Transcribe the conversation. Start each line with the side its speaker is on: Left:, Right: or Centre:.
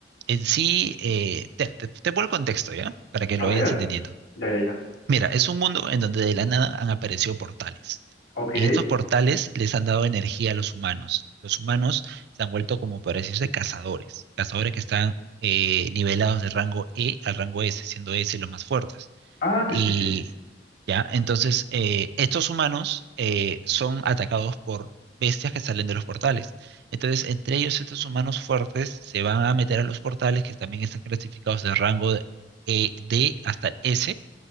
Right: en sí, eh, te, te, te pongo el contexto, ¿ya? Para que
Left: A
Right: lo
Left: ver.
Right: vayas entendiendo.
Left: Ya, ya, ya.
Right: Mira, es un mundo en donde de la nada han aparecido portales.
Left: Ok.
Right: En estos portales les han dado energía a los humanos. Los humanos se han vuelto como para decirse cazadores, cazadores que están eh, nivelados de rango E al rango S, siendo S los más fuertes.
Left: Ah,
Right: Y
Left: sí, sí, sí.
Right: ya, entonces eh, estos humanos eh, son atacados por bestias que salen de los portales. Entonces, entre ellos estos humanos fuertes se van a meter a los portales que también están clasificados de rango de- eh, D hasta S